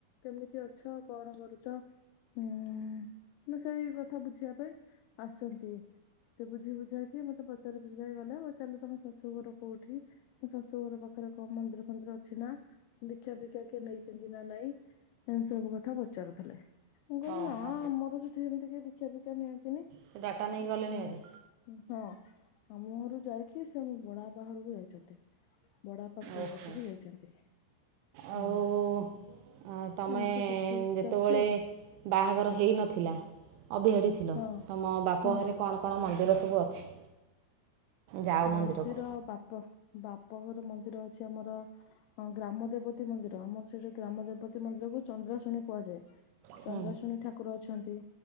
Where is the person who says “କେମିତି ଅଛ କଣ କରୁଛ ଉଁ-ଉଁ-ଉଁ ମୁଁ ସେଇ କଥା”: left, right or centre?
Left